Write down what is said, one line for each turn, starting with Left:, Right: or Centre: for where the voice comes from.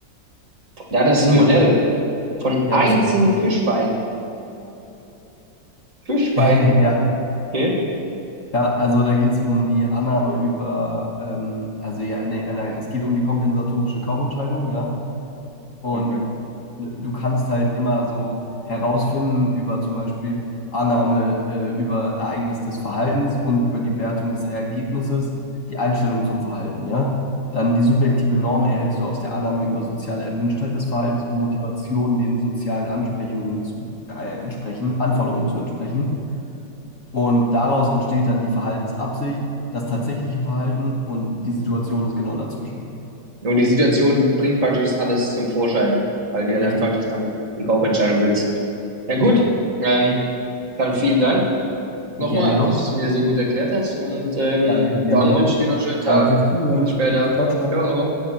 Right: Ja, das ist ein
Left: ähm,
Right: Modell von
Left: ja,
Right: Eizen-Fischbein.
Left: das,
Right: Fischbein,
Left: <laughs> ja,
Right: okay?
Left: ja, also da geht es um die Annahme über, ähm, also ja, nee, äh, nein, es geht um die kompensatorische Kaufentscheidung, ja. Und
Right: Mhm.
Left: du kannst halt immer so herausfinden über zum Beispiel Annahme, äh, über Ereignis des Verhaltens und über die Wertung des Ergebnisses, die Einstellung zum Verhalten, ja. Dann die subjektive Norm erhältst du aus der Annahme über soziale Erwünschtheit des Verhaltens und Motivation, den sozialen Ansprechungen zu äh, entsprechen, Anforderungen zu entsprechen. Und daraus entsteht dann die Verhaltensabsicht, das tatsächliche Verhalten und die Situation ist genau dazwischen.
Right: Und die Situation bringt praktisch alles zum Vorschein, weil du ja
Left: Richtig,
Right: dann praktisch dann die Kaufentscheidung willst. Ja gut,
Left: genau.
Right: ähm, dann vielen Dank nochmal,
Left: Gerne doch.
Right: dass du es mir so gut erklärt hast und ähm,
Left: Danke gerne
Right: dann
Left: doch.
Right: wünsche ich dir noch einen schönen Tag.
Left: Danke fürs Zuhören.
Right: Bis später.
Left: Ciao, ciao.
Right: Ciao.